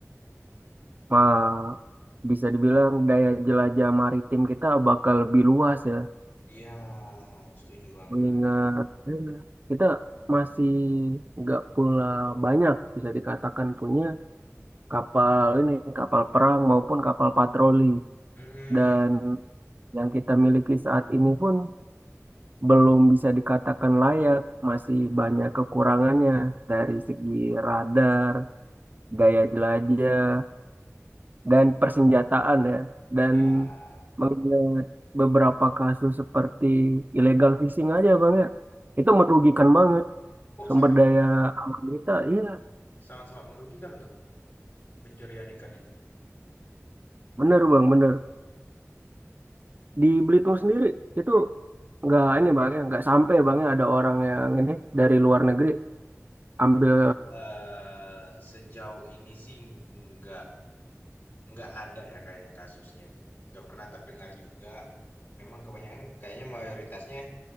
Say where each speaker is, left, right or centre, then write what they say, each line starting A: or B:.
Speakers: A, on the right (about 35°); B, on the left (about 35°).
A: mah bisa dibilang daya jelajah maritim kita bakal lebih luas ya.
B: Iya, setuju banget.
A: Mengingat eh, kita masih nggak pula banyak bisa dikatakan punya kapal ini, kapal perang maupun kapal patroli.
B: Mm,
A: Dan yang kita miliki saat ini pun belum bisa dikatakan layak, masih banyak kekurangannya dari segi radar, gaya jelajah dan persenjataan ya dan
B: iya.
A: mengenai beberapa kasus seperti illegal fishing aja bang ya
B: Mm.
A: itu merugikan banget
B: Oh,
A: sumber
B: sangat
A: daya alam kita iya
B: sangat sangat merugikan tuh pencurian ikan itu.
A: bener bang bener di Belitung sendiri itu nggak ini bang ya nggak sampai bang ya ada orang yang ini dari luar negeri ambil
B: Eh, sejauh ini sih nggak nggak ada ya kayaknya kasusnya itu. Nggak pernah terdengar juga. Memang kebanyakan kayaknya mayoritasnya